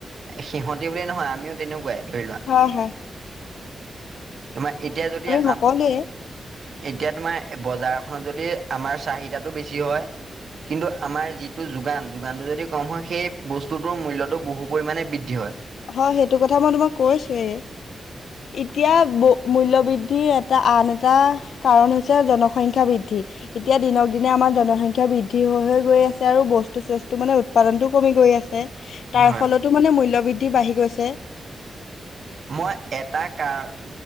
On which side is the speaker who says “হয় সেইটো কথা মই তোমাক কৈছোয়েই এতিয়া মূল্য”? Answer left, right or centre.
Left